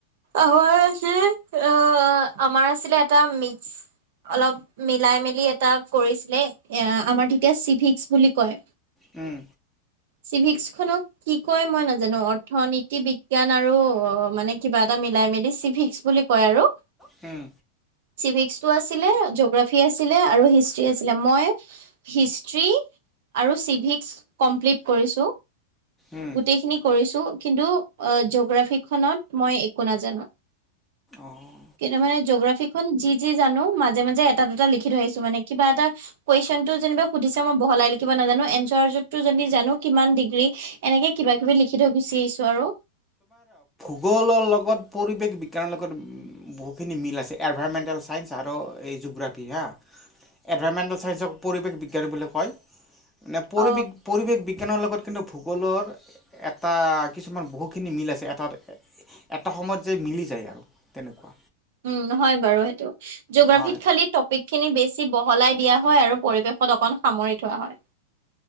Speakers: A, on the right; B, in the centre.
A: অ হকি আ আমাৰ আছিলে এটা মিস্ক অলপ মিলাই মেলি এটা কৰিছিলে আমাৰ তেতিয়া চিভিক্স বুলি কয়
B: উম
A: চিভিক্স খনক কি কয় মই নাজানো অৰ্থনীতি বিজ্ঞান আৰু অ মানে কিবা এটা মিলাই মেলি চিভিক্স বুলি কয় আৰু
B: হুম
A: চিভিস্কটো আছিলে জগ্ৰাফি আছিলে আৰু হিষ্ট্ৰি আছিলে মই হিষ্টি আৰু চিভিস্ক কমপ্লিট কৰিছো
B: উম,
A: গোটেইখিনি কৰিছো কিন্তু আ জগ্ৰাফিখন মই একো নাজানো
B: অঁ
A: কিন্তু মানে জগ্ৰাফিখন যি যি জানো মাজে মাজে এটা দুটা লিখি থৈ আহিছো মানে কিবা এটা কুৱেশন টো যেনিবা সুধিছে মই বহলাই লিখিব নাজানো এনচাৰ যতি যদি জানো কিমান ডিগ্ৰী এনেকে কিবা কিবি লিখি থৈ গুছি আহিছো আৰু
B: ভূগলৰ লগত পৰিৱেশ বিজ্ঞানৰ লগত বহুখিনি মিল আছে এভাইমেণ্টেল ছাইন্স আৰ এই জগ্ৰাফী অ এভাইমেণ্টেল ছাইন্সক পৰিৱেশ বিজ্ঞান বুলি কয় ন পৰিবেক
A: অ
B: পৰিৱেশ বিজ্ঞানৰ লগত কিন্তু ভূগোলৰ এটা কিছুমান বহুতখিনি মিল আছে এটা এটা সময়ত যে মিলি যায় আৰু তেনেকুৱা
A: উম নহয় বাৰু সেইটো জিগ্ৰাফিত
B: হয়
A: খালি টপিক খিনি বেছি বহলাই দিয়া হয় আৰু পৰিৱেশত অকণ সামৰি থোৱা হয়